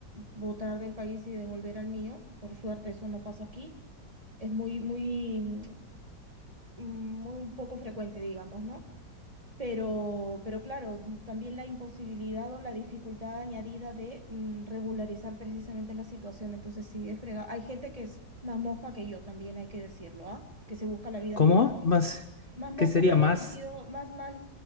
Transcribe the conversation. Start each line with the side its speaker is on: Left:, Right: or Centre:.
Right: votar del país y devolver al mío. Por suerte eso no pasa aquí. Es muy, muy, mm, muy poco frecuente, digamos, ¿no? Pero, pero claro, también la imposibilidad o la dificultad añadida de mm, regularizar precisamente la situación. Entonces sí, es fregado. Hay gente que es más mosca que yo, también hay que decirlo, ¿ah? Que se busca la vida
Left: ¿Cómo?
Right: más rápido.
Left: Más,
Right: Más mosca
Left: ¿qué sería
Right: o sea,
Left: más?
Right: en el sentido, más, más,